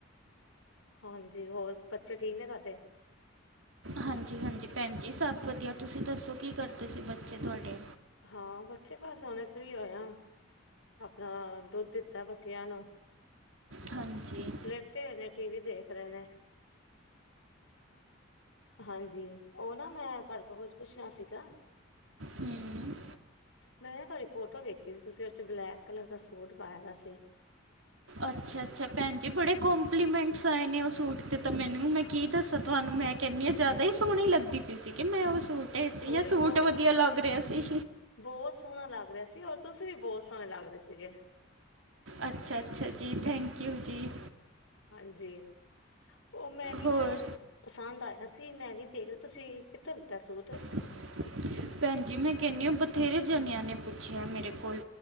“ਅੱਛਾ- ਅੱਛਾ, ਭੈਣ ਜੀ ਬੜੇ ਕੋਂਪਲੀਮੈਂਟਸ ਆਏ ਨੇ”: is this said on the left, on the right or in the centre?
Right